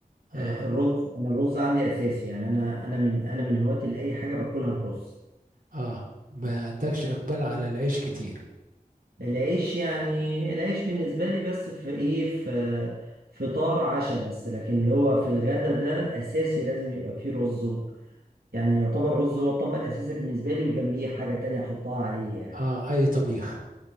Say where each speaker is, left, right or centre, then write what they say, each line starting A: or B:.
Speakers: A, on the right; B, on the right.
A: اه
B: آه الرز أنا الرز عندي أساسي يعني أنا أنا من أنا من هواة لأي حاجة باكلها برز
A: اه ما عندكش إقبال على العيش كتير
B: العيش يعني العيش بالنسبة لي بس في إيه في فطار عشاء بس لكن اللي هو في الغدا ده أساسي لازم يبقى فيه رز يعني يعتبر الرز هو الطبق الأساسي بالنسبة لي وجنبيه حاجة تانية أحطها عليه يعني
A: اه اي طبيخ